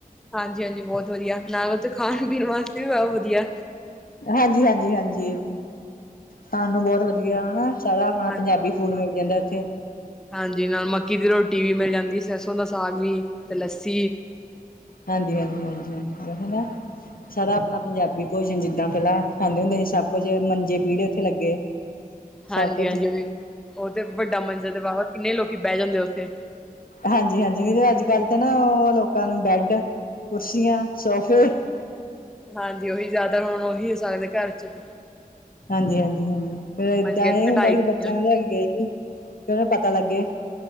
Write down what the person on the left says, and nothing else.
ਹਾਂਜੀ ਹਾਂਜੀ ਹਾਂਜੀ ਸਾਨੂੰ ਬਹੁਤ ਵਧੀਆ ਹੈ, ਨਾ ਸਾਰਾ ਆਪਣਾ
ਪੰਜਾਬੀ, ਫੂਡ ਮਿਲ ਜਾਂਦਾ ਉੱਥੇ।
ਹਾਂਜੀ ਹਾਂਜੀ ਹਾਂਜੀ ਹ ਨਾ ਸਾਰਾ ਆਪਣਾ ਪੰਜਾਬੀ ਭੋਜਨ, ਜਿੱਦਾਂ ਪਹਿਲਾਂ ਖਾਂਦੇ ਹੁੰਦੇ ਸੀ, ਸਭ ਕੁੱਝ ਮੰਜੇ ਪੀੜੇ ਉੱਥੇ ਲੱਗੇ।
ਸਭ ਕੁੱਝ
ਹਾਂਜੀ, ਹਾਂਜੀ, ਵੀ ਅੱਜ ਕੱਲ੍ਹ ਤੇ ਨਾ ਉਹ ਲੋਕਾਂ ਨੂੰ ਬੈਡ, ਕੁਰਸੀਆਂ, ਸੋਫੇ
ਹਾਂਜੀ, ਹਾਂਜੀ, ਹਾਂਜੀ, ਫਿਰ ਏਦਾਂ
ਇਹ
ਹੁੰਦਾ,
ਕਿ
ਬੱਚਿਆਂ ਨੂੰ ਲੈ ਕੇ ਗਏ ਸੀ। ਫੇਰ ਉਹਨੂੰ ਪਤਾ ਲੱਗੇ,